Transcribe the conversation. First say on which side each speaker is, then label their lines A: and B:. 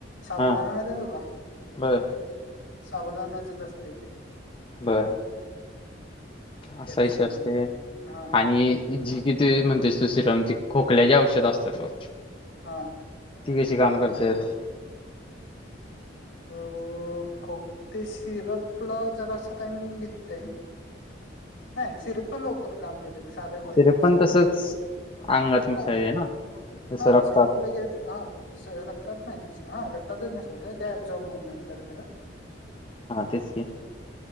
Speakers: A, on the left; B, on the left.
A: साबुदाणा
B: हा
A: माहिती तुला
B: बर
A: साबुदाण्या्याचच असते तेे
B: बर असा
A: कॅप्सूल
B: विष
A: म्हणून
B: असते <unintelligible>
A: हा
B: आणि जी किती म्हणते दुससीरमची खोकल्याचे औषध असते त
A: हा
B: ती कशी काम करत्यात.
A: अ खो ते सिरपला जरा असा टाइम घेततय. नाही. सिरप पण लवकर काम करते साध्या गोळीपेक्षा.
B: तरी पण तसंच अंगात मिसळे
A: हा
B: ना? जसं
A: हा.
B: रक्तात
A: सीरप लगेच हा रक्तातात नाही हा त्या मेसज होत त्या जॉब होऊन नंतर करा.
B: हा तेच की.